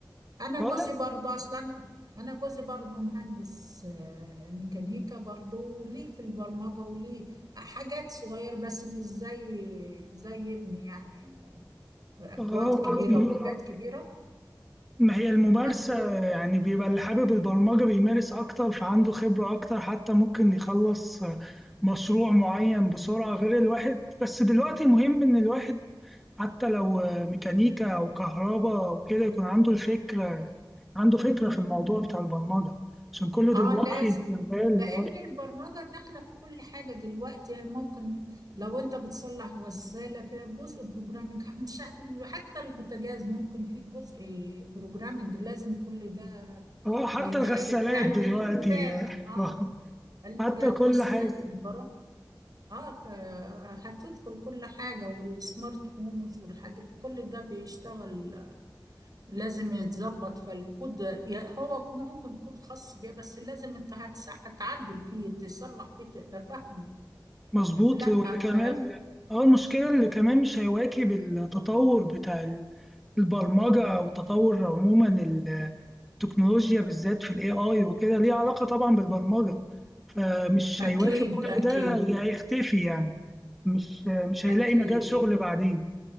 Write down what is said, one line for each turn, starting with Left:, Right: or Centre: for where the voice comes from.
Right: انا
Centre: اه
Right: جوزي
Centre: لا
Right: برضو اصلا انا جوزي برضو مهندس آه، ميكانيكا برضو وليه في البرمجة وليه حاجات صغيرة بس مش زي زي ابني يعني اكواد
Centre: اه
Right: كبيرة وحاجات كبيرة
Centre: ما هي الممارسة
Right: بس
Centre: يعني بيبقى اللي حابب البرمجة بيمارس أكتر فعنده خبرة أكتر حتى ممكن يخلص مشروع معين بسرعة غير الواحد بس دلوقتي مهم إن الواحد حتى لو ميكانيكا أو كهرباء أو كده يكون عنده الفكرة عنده فكرة في الموضوع بتاع البرمجة عشان كله
Right: اه
Centre: دلوقتي
Right: لازم
Centre: شغال
Right: لأن
Centre: اه
Right: البرمجة داخلة في كل حاجة دلوقتي ممكن لو أنت بتصلح غسالة فيها جزء بروجرامنج حتى البوتاجاز ممكن فيه جزء بروجرامنج لازم كل ده
Centre: آه، حتى
Right: يتعرف
Centre: الغسالات
Right: يعني
Centre: دلوقتي
Right: ويكون فاهم
Centre: آه،
Right: اه
Centre: آه،
Right: الغسالات
Centre: حتى كل حاجة
Right: البرامج اه فهتدخل كل حاجة والسمارت هومز والحاجات كل ده بيشتغل لازم يتظبط فالكود يا- هو ممكن كود خاص بيه بس لازم انت هتسع- تعدل فيه تصلح فيه تبقى فاهمه
Centre: مظبوط
Right: لا
Centre: واللي كمان
Right: ف...
Centre: اه المشكلة اللي كمان مش هيواكب التطور بتاع ال- البرمجة أو تطور عموما التكنولوجيا بالذات في ال AI وكده ليه علاقة طبعا بالبرمجة فمش
Right: أكيد
Centre: هيواكب كل
Right: أكيد
Centre: ده هي- هيختفي يعني مش مش هيلاقي
Right: أكيد
Centre: مجال شغل بعدين